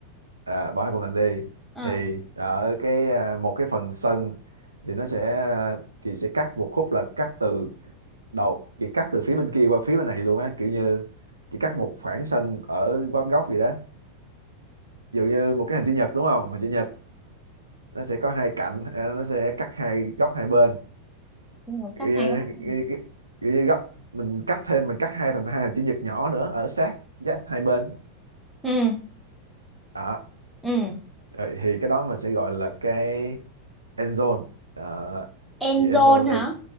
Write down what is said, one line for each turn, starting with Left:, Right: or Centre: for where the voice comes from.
Right: à, bỏ hai khung thành đi
Centre: ừ
Right: thì ở cái à, một cái phần sân thì nó sẽ thì sẽ cắt một khúc là cắt từ đầu chỉ cắt từ phía bên kia qua phía bên này luôn á kiểu như chỉ cắt một khoảng sân ở góc góc gì đó ví dụ như một cái hình chữ nhật đúng không hình chữ nhật nó sẽ có hai cạnh ờ, nó sẽ cắt hai góc hai bên
Centre: đúng rồi,
Right: kiểu
Centre: cắt
Right: như,
Centre: hai khung thành
Right: kiểu như, kiểu như góc mình cắt thêm mình cắt hai thành hai hình chữ nhật nhỏ nữa ở sát giáp hai bên
Centre: ừ
Right: đó
Centre: ừ
Right: Rồi thì cái đó mình sẽ gọi là cái end zone đó.
Centre: End
Right: thì end
Centre: zone
Right: zone ở đây
Centre: hả?